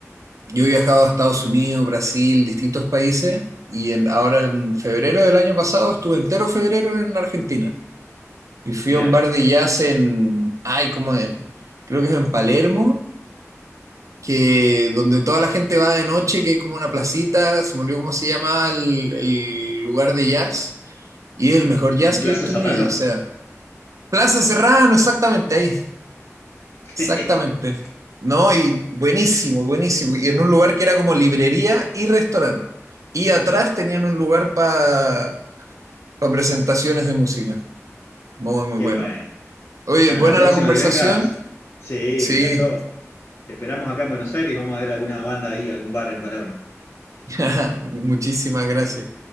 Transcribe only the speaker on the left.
Mira,
Plaza
Serrano.
<laughs>
Qué
bueno.
Bueno,
la próxima
que vengas, sí,
me encantó. Te esperamos acá en Buenos Aires y vamos a ver alguna banda ahí, algún bar en Palermo.